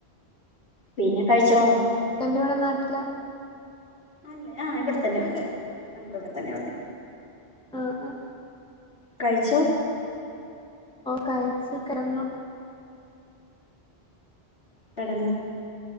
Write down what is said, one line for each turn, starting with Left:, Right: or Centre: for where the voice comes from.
Left: പിന്നെ കഴിച്ചോ
Centre: <unintelligible> എവിടെ നാട്ടിലാ
Left: അല്ലെ ആ ഇവിടെ തന്നെ ഉണ്ട് നമ്മുടെ ഇവിടെ തന്നെ ഉണ്ട്
Centre: ആഹ ആഹ
Left: കഴിച്ചോ?
Centre: കഴിച്ചു, കിടന്നു
Left: കിടന്നു